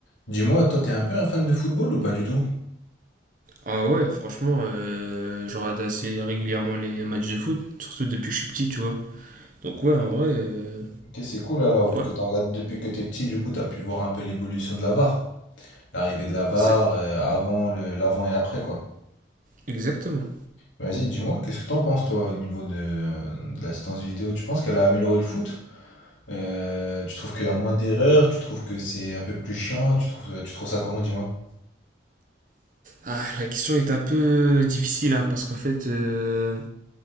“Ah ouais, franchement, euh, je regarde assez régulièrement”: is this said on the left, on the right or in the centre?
Right